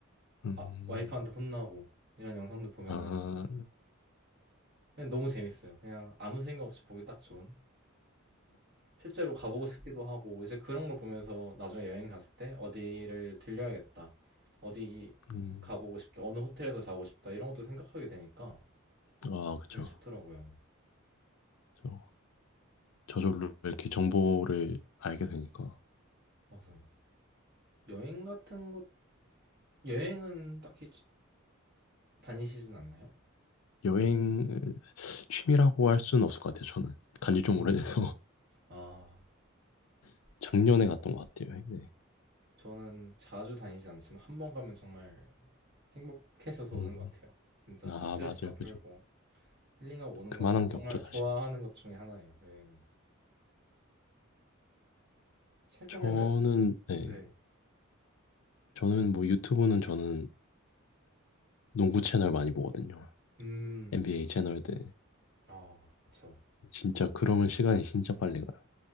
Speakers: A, on the left (about 85°); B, on the right (about 55°).
A: 음, 음.
B: 아, 와이프한테 혼나고 이런 영상들 보면은
A: 아,
B: 그냥 너무 재밌어요. 그냥 아무 생각 없이 보기 딱 좋은. 실제로 가보고 싶기도 하고 이제 그런 걸 보면서 나중에 여행 갔을 때 어디를 들려야겠다. 어디
A: 음,
B: 가보고 싶다. 어느 호텔에서 자고 싶다. 이런 것도 생각하게 되니까
A: 아, 그쵸.
B: 되게 좋더라고요.
A: 저, 저절로 이렇게 정보를 알게 되니까.
B: 맞아요. 여행 같은 것 여행은 딱히 지- 다니시진 않나요?
A: 여행 취미라고 할 수는 없을 것 같아요, 저는. 간지 좀
B: 음.
A: 오래돼서.
B: 아,
A: <laughs> 작년에
B: 저도
A: 갔던 것 같아요, 네.
B: 저는 자주 다니지 않지만 한 번 가면 정말 행복해져서
A: 음,
B: 오는 것 같아요. 진짜
A: 아,
B: 스트레스
A: 맞아요,
B: 다 풀고
A: 그죠.
B: 힐링하고 오는
A: 그만한
B: 것 같아서
A: 게
B: 정말
A: 없죠, 사실.
B: 좋아하는 것 중에 하나예요, 여행은. 최근에는,
A: 저는, 네.
B: 네.
A: 저는 뭐 유튜브는 저는 농구 채널 많이 보거든요.
B: 음,
A: NBA 채널들.
B: 아, 그쵸.
A: 진짜 그러면 시간이 진짜 빨리 가요.